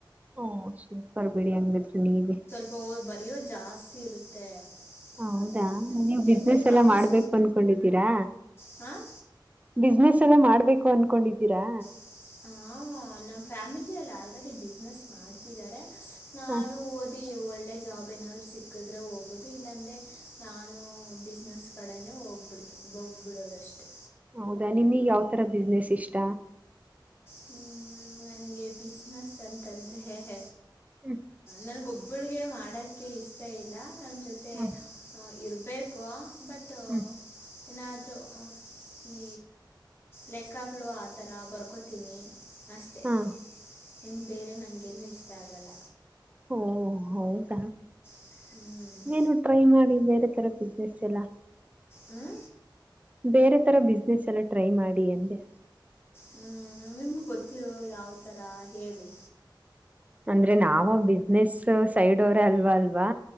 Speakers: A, on the right (about 20°); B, on the left (about 30°).
A: ಒಹ್ ಸೂಪರ್ ಬಿಡಿ ಹಂಗಿದರಿ ನೀವೆ
B: ಒಹ್ ಬರಿಯೋದು ಜಾಸ್ತಿ ಇರುತ್ತೆ.
A: ಹೌದಾ
B: ಹ್ಞೂ
A: ನೀವು
B: ನಿಮಗೆ
A: ಬಿಸ್ನೆಸ್
B: ಪ್ರಾಕ್ಟೀಸ್
A: ಎಲ್ಲಾ ಮಾಡ್ಬೇಕು ಅನ್ನ ಅನ್ನ ಕೊಂಡಿದ್ದೀರಾ
B: ಹಾಂ
A: ಬಿಸ್ನೆೆಸ್ ಎಲ್ಲ ಮಾಡ್ಬೇಕು ಅನ್ಕೊಂಡಿದ್ದೀರಾ?
B: <unintelligible> ಹಾ ನಮ್ಮ್ ಫ್ಯಾಮಿಲಲ್ಲಿ ಆಲ್ರೆಡಿ ಬಿಸ್ನೆಸ್ ಮಾಡ್ತಿದ್ದಾರೆ ನಾನು
A: ಹ <inaudible>
B: ಒಳ್ಳೆ ಜಾಬ್ ಏನಾದರು ಸಿಕ್ಕಿದ್ರೆ ಹೋಗೋದು ಇಲ್ಲಾಂದರೆ ನಾನು ಬಿಸ್ನೆಸ್ ಕಡೆನೇ ಹೋಗ್ಬಿಡ್ತು. ಬೋಗ್ಬಿಡೋದಷ್ಟೇ.
A: ಹೌದಾ ನಿಮಗ್ ಯಾವ ತರ ಬಿಸ್ನೆಸ್ ಇಷ್ಟ?
B: ಹ ನನಗೆ ಬಿಸ್ನೆಸ್ ಅಂತಂದರೆೆ ಹ
A: ಹ್ಮ್
B: ನನ್ಗೊಬ್ಬಳಿಗೆ ಮಾಡಕ್ಕೆ ಇಷ್ಟ ಇಲ್ಲ ನನ್ನ ಜೊತೆ
A: ಹ್ಮ್
B: ಹಾ ಇರಬೇಕು ಬಟ್
A: ಹ್ಮ್
B: ಏನಾದ್ರೂ ಈ ಲೆಕ್ಕಗಳು ಆಥರ ಬರ್ಕೊ ತೀನಿ ಅಷ್ಟೇ
A: ಹಾ
B: ಇನ್ನು ಬೇರೆ ನನಗೇನುೂ ಇಷ್ಟ ಆಗಲ್ಲ.
A: ಒಹ್ ಹೌದ
B: ಹ್ಮ್
A: ಏನು ಟ್ರೈ ಮಾಡಿ ಬೇರೆ ತರ ಬಿಸ್ನೆಸ್ ಎಲ್ಲ.
B: ಹ್ಮ
A: ಬೇರೆ ತರ ಬಿಸ್ನೆಸ್ ಎಲ್ಲ ಟ್ರೈ ಮಾಡಿ ಎಂದೆ.
B: ಹ್ಮ್ ನಿಮ್ಗೆ ಗೊತ್ತಿರೋ ಯಾವ ಥರ ಹೇಳಿ
A: ಅಂದ್ರೆ ನಾವ ಬಿಸ್ನೆಸ್ ಸೈಡ್ ಅವ್ರ ಅಲ್ವಾ ಅಲ್ವಾ?